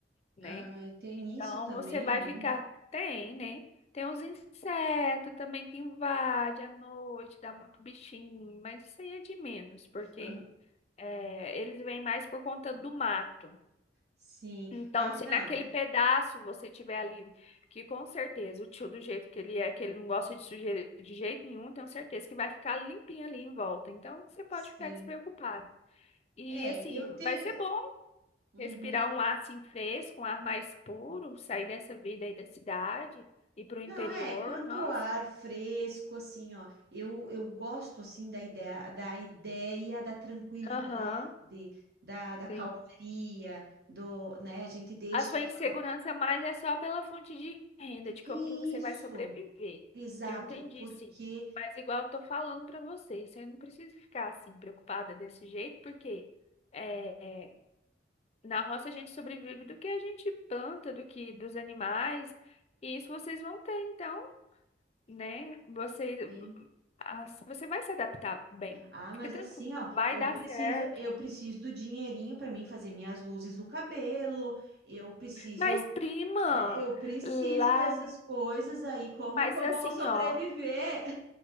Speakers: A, on the left; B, on the right.
A: né?
B: Ai, tem
A: Então
B: isso também,
A: você vai
B: né?
A: ficar. Tem, né? Tem uns insetos também que invadem à noite, dá muito bichinho, mas isso aí é de menos, porque
B: <laughs>
A: é, eles vêm mais por conta do mato.
B: Sim.
A: Então,
B: Ah,
A: se
B: não.
A: naquele pedaço você tiver ali, que com certeza o tio, do jeito que ele é, que ele não gosta de sujeira de jeito nenhum, tenho certeza que vai ficar limpinho ali em volta. Então, você pode
B: Sim.
A: ficar despreocupado. E
B: É,
A: assim,
B: eu tenho.
A: vai ser bom
B: Uhum.
A: Respirar um ar assim fresco, um ar mais puro, sair dessa vida aí da cidade, ir para o interior,
B: Não, é, quanto
A: nossa.
B: ao ar fresco, assim, ó, eu, eu gosto, assim, da ideia, da ideia da tranquilidade,
A: Aham,
B: da, da calmaria,
A: sim.
B: do, né, a gente deixa
A: A sua
B: aquela...
A: insegurança mais é só pela fonte de renda, de como
B: Isso,
A: que você vai sobreviver.
B: exato,
A: Que eu entendi,
B: porque...
A: sim. Mas igual eu tô falando para você, você não precisa ficar assim preocupada desse jeito, porque é, é, na roça a gente sobrevive do que a gente planta, do que dos animais, e isso vocês vão ter, então. né? Você,
B: Sim.
A: as- você vai se adaptar bem.
B: Ah,
A: Fica
B: mas
A: tranquilo,
B: assim, ó,
A: vai
B: eu
A: dar
B: preciso,
A: certo.
B: eu preciso do dinheirinho para mim fazer minhas luzes no cabelo, eu preciso,
A: Mas, prima,
B: é, eu preciso
A: lá,
B: dessas coisas aí, como
A: mas
B: que eu
A: assim,
B: vou sobreviver?
A: ó,